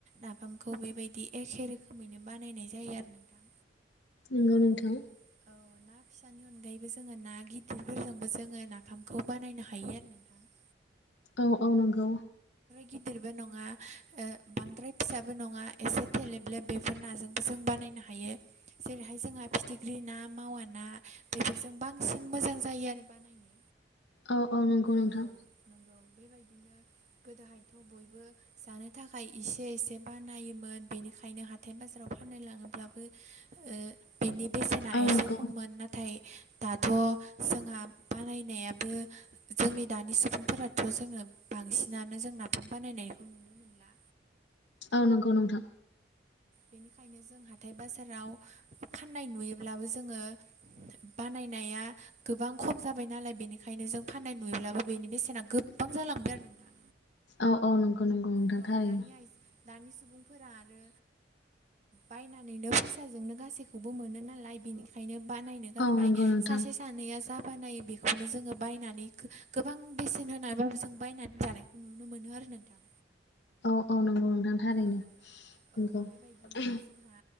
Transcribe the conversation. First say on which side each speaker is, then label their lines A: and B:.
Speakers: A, on the right; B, on the left.
A: नाफामखौ बेबायदि एखे रोखोमैनो बानायनाय जायो आरो नोंथां
B: नोंगौ
A: औ
B: नोंथां
A: औ ना फिसानि अनगायैबो जोङो ना गिदिरफोरजोंबो जोङो नाफामखौ बानायनो हायो आरो नोंथां <inaudible>
B: औ औ नंगौ
A: गिदिरबो नङा ओ बांद्राय फिसाबो नङा एसे थेलेबलेब बेफोर नाजोंबो जों बानाय नो हायो जेरैहाय जोंहा फिथिख्रि ना मावा ना बेफोरजों बांसिन मोजां जायो आरो बानायनो
B: अ अ नंगौ नोंथां
A: औ नंगौ बेबायदिनो गोदोहायथ' बयबो जानो थाखाय इसे एसे बानायोमोन बेनिखायनो हाथाय बाजाराव फाननो लाङोब्लाबो ओ बिनि बेसेना
B: औ
A: एसे
B: नंगौ
A: खममोन नाथाय दाथ' जोंहा बानायनायाबो जोंनि दानि सुबुंफोराथ' जोङो बांसिनानो जों नाफाम बानायनायखौ नुनो मोन ला
B: औ नंगौ नोंथां
A: बेनिखायनो जों हाथाय बाजाराव फाननाय नुयोब्लाबो जोङो बानाय नाया गोबां खम जाबाय नालाय बेनिखायनो जों फाननाय नुयोब्लाबो बेनि बेसेना गोब्बां जालांबाय आरो नोंथां
B: औ औ नंगौ नंगौ नोंथां
A: औ
B: थारैनो
A: दानि आइ दानि सुबुंफोरा आरो बायनानैनो फैसाजोंनो गासैखौबो मोनो नालाय बेनिखायनो बानायनो गारबाय
B: औ नंगौ नोंथां
A: सासे सानैया जा बानायो बेखौनो जोङो बायना नै गो-गोबां बेसेन होनानैबाबो जों बायनानै जानायखौ नुनो मोनो आरो नोंथां।
B: औ औ नंगौ नोंथां थारैनो
A: औ औ
B: नंगौ
A: बेबायदिनो
B: <unintelligible>
A: जोंहा